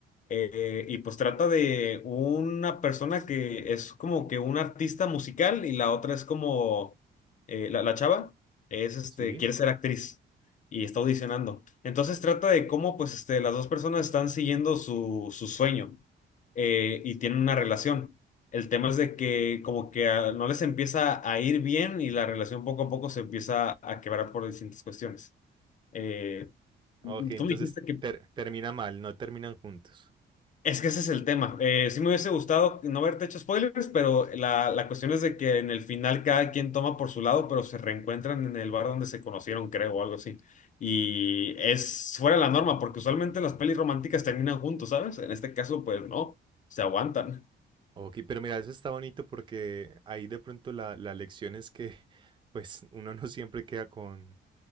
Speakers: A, on the left; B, on the right.
A: Eh, y pues trata de una persona que es como que un artista musical y la otra es como eh, la, la chava es este
B: ¿Sí?
A: quiere ser actriz y está audicionando. Entonces trata de cómo pues este las dos personas están siguiendo su, su sueño eh, y tienen una relación. El tema es de que como que ah, no les empieza a ir bien y la relación poco a poco se empieza a quebrar por distintas cuestiones. Eh,
B: Ok,
A: mm, mm, Tú
B: entonces
A: me dijiste que
B: ter- termina mal, no terminan juntos.
A: es que ese es el tema. Eh, sí me hubiese gustado no haberte hecho spoilers, pero la, la cuestión es de que en el final cada quien toma por su lado, pero se reencuentran en el bar donde se conocieron, creo, o algo así. Y es fuera de la norma, porque usualmente las pelis románticas terminan juntos, ¿sabes? En este caso, pues no, se aguantan.
B: Ok, pero mira, eso está bonito porque ahí de pronto la, la lección es que <laughs> pues uno no siempre queda con,